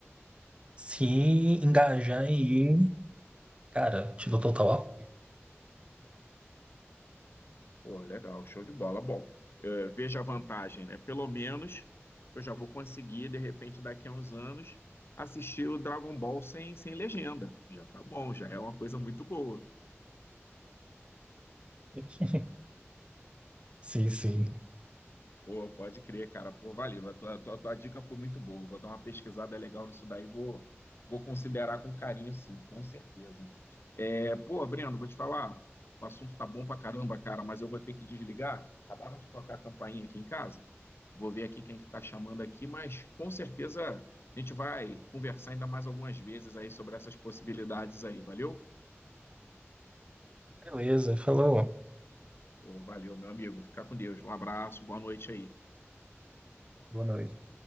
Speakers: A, on the right; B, on the left.
A: se engajar aí, cara, te dou total apoio.
B: Pô, legal, show de bola. Bom, eh, veja a vantagem, né? Pelo menos eu já vou conseguir, de repente, daqui a uns anos, assistir o Dragon Ball sem, sem legenda. Já tá bom, já é uma coisa muito boa.
A: <laughs> Sim, sim.
B: Pô, pode crer, cara. Pô, valeu. A tua, tua, tua dica foi muito boa. Vou dar uma pesquisada legal nisso daí. Vou, vou considerar com carinho, sim, com certeza. É, pô, Breno, vou te falar. O assunto tá bom pra caramba, cara, mas eu vou ter que desligar. Acabaram de tocar a campainha aqui em casa. Vou ver aqui quem que está chamando aqui, mas com certeza a gente vai conversar ainda mais algumas vezes aí sobre essas possibilidades aí. Valeu?
A: Beleza, falou.
B: Pô, valeu, meu amigo. Fica com Deus. Um abraço, boa noite aí.
A: Boa noite.